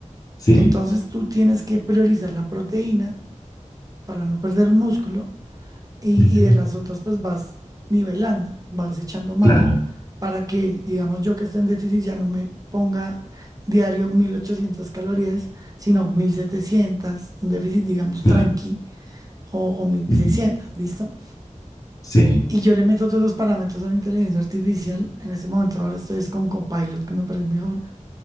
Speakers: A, on the left (about 30°); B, on the right (about 30°).
A: Sí.
B: Entonces tú tienes que priorizar la proteína para no perder músculo y,
A: Bien.
B: y de las otras pues vas nivelando, vas echando mano
A: Claro.
B: para que, digamos, yo que estoy en déficit ya no me ponga diario 1800 calorías, sino 1700, un déficit, digamos,
A: Claro.
B: tranqui o, o 1600,
A: Ujú.
B: ¿listo?
A: Sí.
B: Y yo le meto todos los parámetros a la inteligencia artificial. En este momento ahora estoy es con Copilot, que me parece mejor,